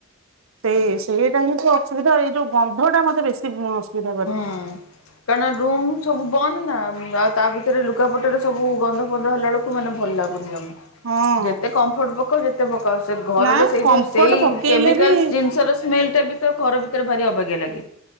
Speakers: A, on the right; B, on the left.
A: ସେ ସେଇଟା ହିଁ ତ ଅସୁବିଧା ଏଇ ଯୋଉ ଗନ୍ଧଟା ମତେ ବେଶୀ ଉଁ ଅସୁବିଧା କରେ।
B: ହୁଁ କାରଣ ରୁମ୍ ସବୁ ବନ୍ଦ ନା ତା ଭିତରେ ଲୁଗାପଟାରେ ସବୁ ଗନ୍ଧ ଫନ୍ଧ ହେଲା ବେଳକୁ ମାନେ ଭଲ ଲାଗୁନି ଜମା
A: ହଁ
B: ଯେତେ କମ୍ଫଟ ପକାଅ ଯେତେ ପକାଅ ସେ ଘରର
A: ନା
B: ସେଇ
A: କମ୍ଫର୍ଟ
B: ଯୋଉ ସେଇ
A: ପକେଇଲେ
B: କେମିକାଲ
A: ବି
B: ସେ ଜିନିଷର ସ୍ମେଲ ଟା ବି ଘର ଭିତରେ ଭାରି ଅବାଗ୍ୟା ଲାଗେ।